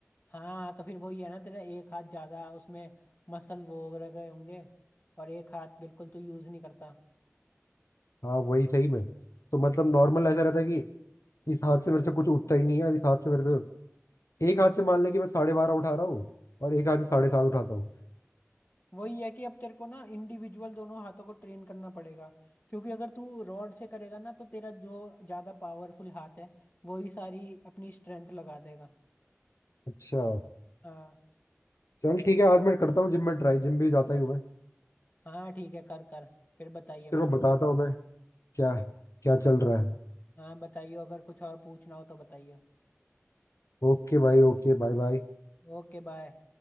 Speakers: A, on the left; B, on the left.
A: हाँ तो फिर वही है ना तेरा एक हाथ ज्यादा उसमें मसल वो रह गए होंगे और एक हाथ बिल्कुल तू यूज नहीं करता
B: हाँ वही सही में तो मतलब नॉर्मल ऐसा रहता है कि इस हाथ से मेरे से कुछ उठता ही नहीं है और इस हाथ से मेरे से एक हाथ से मान लें कि मैं साढ़े बारह उठा रहा हूँ और एक हाथ से साढ़े सात उठाता हूँ
A: वही है कि अब तेरे को ना इंडिविजुअल दोनों हाथों को ट्रेन करना पड़ेगा क्योंकि अगर तू रॉड से करेगा ना तो तेरा जो ज्यादा पावरफुल हाथ है वही सारी अपनी स्ट्रेंथ लगा देगा
B: अच्छा
A: हाँ
B: चल ठीक है आज मैं करता हूँ जिम में ट्राई जिम भी जाता ही हूँ मैं
A: हाँ ठीक है कर कर फिर बताइए मेरे
B: तेरे को
A: को
B: बताता हूँ मैं क्या क्या चल रहा है
A: हाँ बताइए अगर कुछ और पूछना हो तो बताइए
B: ओके भाई ओके बाय बाय
A: Okay bye